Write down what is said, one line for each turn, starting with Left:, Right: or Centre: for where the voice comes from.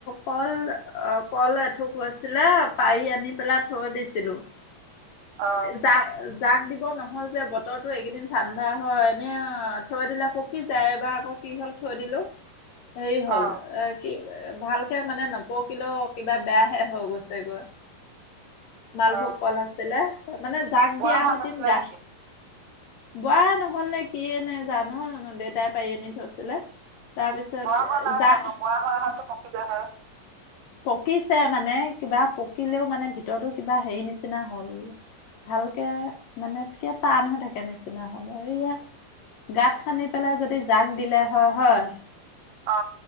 Left: কল অ কল এথুক হৈছিলে পাৰি আনি পেলাই থৈ দিছিলোঁ
Right: অ
Left: জা জাক দিব নহ'ল যে বতৰটো এইকেইদিন ঠাণ্ডা হয় এনে থৈ দিলে পকি যায় এবাৰ আকৌ কি হ'ল থৈ দিলো হেই হ'ল
Right: অ
Left: এ কি এ ভালকে মানে নপকিলেও কিবা বেয়াহে হৈ গৈছে গৈ মালভোগ
Right: অ
Left: কল আছিলে মানে জাক
Right: বোৱা
Left: দিয়া
Right: হোৱা
Left: হেতিন
Right: নাছিলে
Left: গা
Right: নেকি
Left: বোৱা নহ'ল নে কি এ নে, জানো দেউতাই পাৰি আনি থৈছিলে তাৰপিছত
Right: বোৱা হোৱা নাই
Left: জাক
Right: চাগে বোৱা হোৱা হলেতো পকিলে হয়
Left: পকিছে মানে কিবা পকিলেও মানে ভিতৰতো কিবা হেৰি নিচিনা হ'ল ভালকে মানে টান হৈ থাকে নিচিনা হ'ল এইয়া গাত খানি পেলাই যদি জাগ দিলে হয় হয়
Right: অ